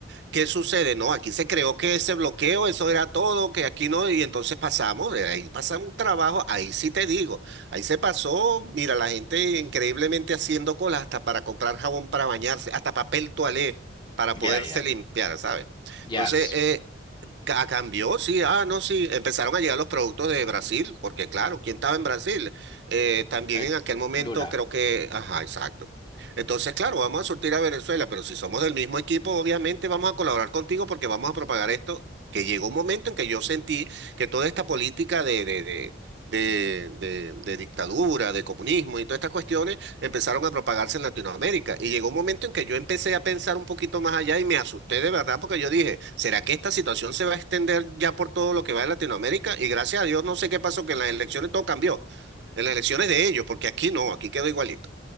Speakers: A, on the right (about 60°); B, on the left (about 25°).
A: ¿Qué sucede? No, aquí se creó que ese bloqueo, eso era todo, que aquí no, y entonces pasamos, eh, ahí pasamos un trabajo, ahí sí te digo, ahí se pasó, mira, la gente increíblemente haciendo cola hasta para comprar jabón para bañarse, hasta papel toalé para poderse
B: Ya, ya,
A: limpiar, ¿sabes?
B: ya
A: Entonces,
B: ves.
A: eh, Ca- Cambió, sí, ah, no, sí, empezaron a llegar los productos de Brasil, porque claro, ¿quién estaba en Brasil? Eh, también
B: El-
A: en aquel momento
B: Lula,
A: creo que, ajá, exacto. Entonces, claro, vamos a surtir a Venezuela, pero si somos del mismo equipo, obviamente vamos a colaborar contigo porque vamos a propagar esto, que llegó un momento en que yo sentí que toda esta política de, de, de, de, de, de dictadura, de comunismo y todas estas cuestiones empezaron a propagarse en Latinoamérica. Y llegó un momento en que yo empecé a pensar un poquito más allá y me asusté de verdad porque yo dije, ¿será que esta situación se va a extender ya por todo lo que va de Latinoamérica? Y gracias a Dios no sé qué pasó, que en las elecciones todo cambió. En las elecciones de ellos, porque aquí no, aquí quedó igualito.